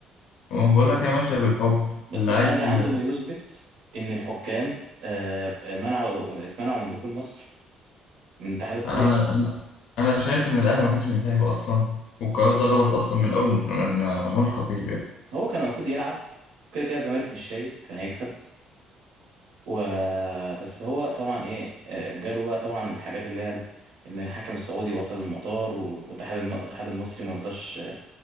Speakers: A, on the left; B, on the right.
A: ما بقول
B: بس
A: لك هي ماشيه بالحب
B: بس
A: اللي
B: الاهلي
A: عايز
B: عنده
A: ي-
B: ما يثبت ان الحكام آه آه، منعوا اتمنعوا من دخول مصر من اتحاد الكوره
A: انا انا انا شايف ان الاهلي ما كانش ينسحب اصلا والقرار ده غلط اصلا من الاول من من محمود الخطيب يعني
B: هو كان المفروض يلعب كده كده الزمالك مش شايف كان هيكسب و بس هو طبعا ايه آه، جاله بقى طبعا الحاجات اللي هي اللي الحكم السعودي وصل المطار والاتحاد الم- الاتحاد المصري مرضاش آه،